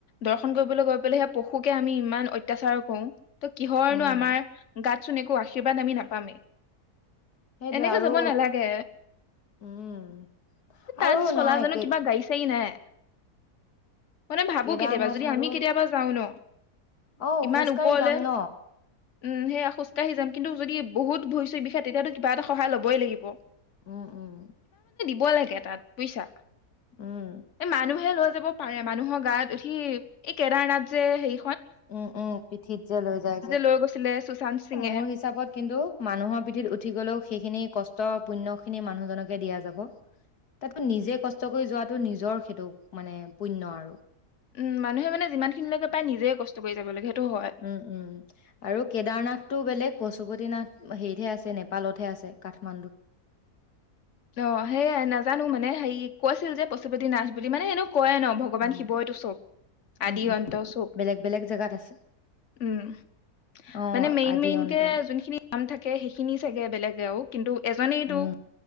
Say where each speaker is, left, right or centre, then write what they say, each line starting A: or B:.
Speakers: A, on the left; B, on the left.
A: দৰ্শন কৰিবলৈ গৈ পেলাই সেই পশুকে আমি ইমান অত্যাচাৰ কৰো ত কিহৰনো
B: উম,
A: আমাৰ গাত চোন একো আশীৰ্বাদ আমি নাপামেই
B: সেইটোৱে
A: এনেকে
B: আৰু
A: যাব নালাগে
B: উম
A: তাত
B: আৰু
A: চলা
B: নহয়
A: জানো
B: একে
A: কিবা গাড়ী চাড়ী নাই মানে ভাবো
B: কেদাৰনাথ
A: কেতিয়াবা যদি
B: আৰু
A: আমি কেতিয়াবা যাও ন
B: অ',
A: ইমান
B: খোজকাঢ়ি
A: ওপৰলে
B: যাম
A: উম
B: ন?
A: সেইয়া খোজকাঢ়ি যাম কিন্তু যদি বহুত ভৰি চৰি বিষায় তেতিয়াতো কিবা এটা সহায় লবই লাগিব
B: উম উম
A: ব লাগে তাত বুইছা
B: উম,
A: এই মানুহে লৈ যাব পাৰে মানুহৰ গাত উঠি এই কেদাৰনাথ যে হেৰি
B: উম উম পিঠিত যে লৈ যায় যে
A: লৈ গৈছিলে সুশান্ত সিঙে
B: মোৰ হিচাপত কিন্তু মানুহৰ পিঠিত উঠি গলেও সেইখিনি কষ্ট কষ্ট পুণ্য খিনি মানুহজনকে দিয়া যাব তাতকে নিজে কষ্ট কৰি যোৱাটো নিজৰ সেইটো মানে পুণ্য আৰু
A: উম মানুহে মানে যিমান খিনিলৈকে পাৰে নিজে কষ্ট কৰি যাব লাগে সেইটো হয়
B: উম উম আৰু কেদাৰনাথটো বেলেগ পশুপতি নাথ হেৰিতহে আছে নেপালতহে আছে কাঠমাণ্ডুত
A: অ সেয়াই নাজানো মানে হেৰি কৈছিল যে পশুপতি নাথ বুলি মানে এনেও কয় ন ভগৱান
B: অ',
A: শিৱইটো চব আদি
B: উম, উম।
A: অন্ত চব
B: বেলেগ বেলেগ জেগাত আছে
A: উম
B: অ',
A: মানে মেইন
B: আদি
A: মেইন
B: অন্ত
A: কে যোনখিনি নাম থাকে সেইখিনি চাগে বেলেগেও কিন্তু এজনিটো
B: উম,